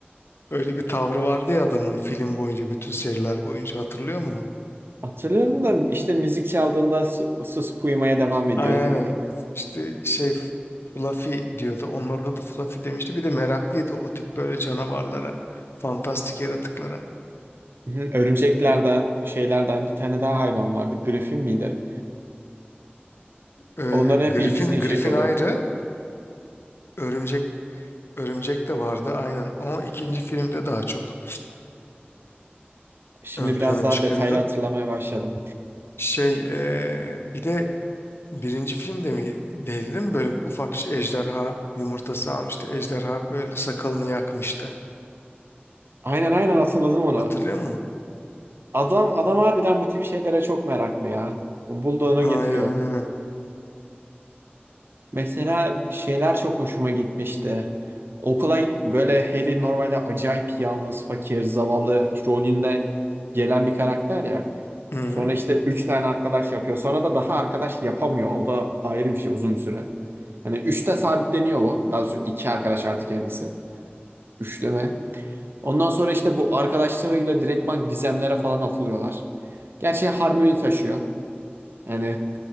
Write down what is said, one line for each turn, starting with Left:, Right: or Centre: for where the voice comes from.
Left: Öyle bir tavrı vardı ya adamın film boyunca, bütün seriler boyunca hatırlıyor musun?
Right: Hatırlıyorum da işte müzik çaldığında su- susup uyumaya devam ediyor.
Left: Aynen. İşte şey Fluffy diyordu. Onun adı da Fluffy demişti. Bir de meraklıydı o tip böyle canavarlara, fantastik yaratıklara.
Right: Hı, Örümceklerden, şeylerden bir tane daha hayvan vardı. Griffin miydi?
Left: Ee,
Right: Onların
Left: Griffin,
Right: hep ilgisini
Left: Griffin
Right: çekiyordu.
Left: ayrı, örümcek örümcek de vardı aynen. Ama ikinci filmde daha çok
Right: Şimdi
Left: ön plana
Right: biraz daha
Left: çıkıyordu.
Right: detaylı hatırlamaya başladım.
Left: Şey eee, bir de birinci filmde mi değdi değil mi? Böyle bir ufak ş- ejderha yumurtası almıştı. Ejderha böyle sakalını yakmıştı.
Right: Aynen aynen hatırladım onu.
Left: Hatırlıyor musun?
Right: Adam adam harbiden bu tip şeylere çok meraklı ya. O Bulduğunu
Left: Aynen
Right: getiriyor.
Left: aynen.
Right: Mesela şeyler çok hoşuma gitmişti. Okula böyle Harry normalde acayip yalnız, fakir, zavallı rolünden gelen bir karakter ya.
Left: Hı
Right: Sonra işte 3 tane arkadaş yapıyor. Sonra da daha arkadaş yapamıyor. O da ayrı bir şey uzun bir süre. Hani üçte sabitleniyor bu. Daha sonra 2 arkadaş artık kendisi. Üçleme. Ondan sonra işte bu arkadaşlarıyla direktman gizemlere falan atılıyorlar. Gerçi Harmony taşıyor. Yani